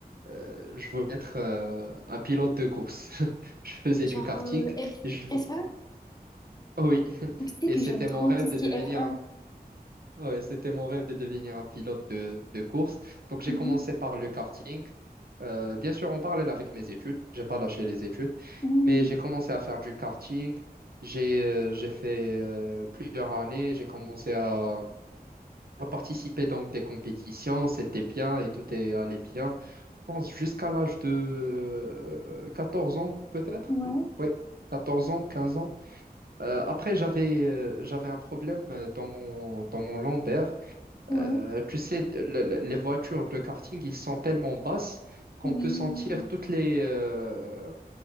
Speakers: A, on the right; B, on the left.
A: Euh, je voulais être euh, un pilote de course. <laughs> Je faisais
B: <laughs>
A: du
B: Genre,
A: karting.
B: euh, F-
A: Je
B: F1?
A: Oui, <laughs>
B: Tu sais
A: et
B: que
A: c'était
B: j'aime trop
A: mon rêve
B: tout ce
A: de
B: qui
A: devenir
B: est F1.
A: un, ouais, c'était mon rêve de devenir un pilote de, de course. Donc j'ai
B: Mhm.
A: commencé par le karting. Euh, bien sûr, en parallèle avec mes études, j'ai pas lâché les études,
B: Mhm.
A: mais j'ai commencé à faire du karting. J'ai euh, j'ai fait euh, plusieurs années. J'ai commencé à, à participer dans des compétitions. C'était bien et tout est allé bien. Je pense jusqu'à l'âge de euh, 14 ans peut-être.
B: Ouais,
A: Oui, 14 ans, 15 ans. Euh, après, j'avais euh, j'avais un problème euh, dans mon, dans mon lambert.
B: ouais,
A: Euh, tu sais, de- le- le- les voitures de karting, ils sont tellement basses qu'on
B: oui.
A: peut sentir toutes les, euh,